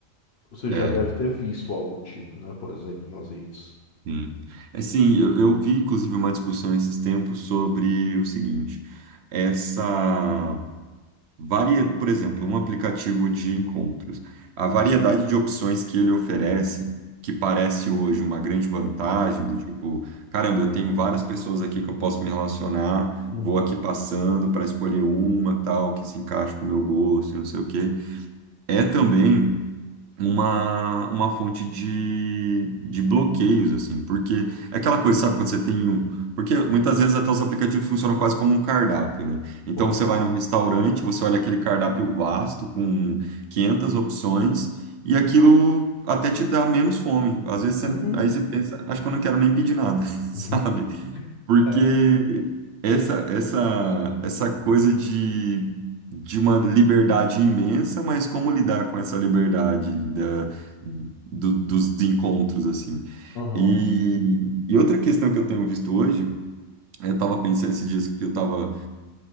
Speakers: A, on the left (about 65°); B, on the right (about 70°).
A: Você
B: É,
A: já deve ter visto algo do tipo, né? Por exemplo, nas redes.
B: sim. É, sim, eu, eu vi, inclusive, uma discussão esses tempos sobre o seguinte, essa... Varia, por exemplo, um aplicativo de encontros. A variedade de opções que ele oferece, que parece hoje uma grande vantagem, do tipo, caramba, eu tenho várias pessoas aqui que eu posso me relacionar,
A: Uhum.
B: vou aqui passando para escolher uma, tal, que se encaixe com o meu gosto, e não sei o quê. É também uma, uma fonte de, de bloqueios, assim, porque é aquela coisa, sabe, quando você tem um. Porque muitas vezes até os aplicativos funcionam quase como um cardápio, né? Então
A: Correto.
B: você vai num restaurante, você olha aquele cardápio vasto com 500 opções. E aquilo até te dá menos fome. Às vezes você,
A: Uhum.
B: aí você pensa, acho que eu não quero nem pedir nada, <laughs>
A: <laughs>
B: sabe? Porque
A: É.
B: essa, essa, essa coisa de de uma liberdade imensa, mas como lidar com essa liberdade da, do- dos encontros, assim.
A: Uhum.
B: E, e outra questão que eu tenho visto hoje. Aí Eu estava pensando esses dias que eu estava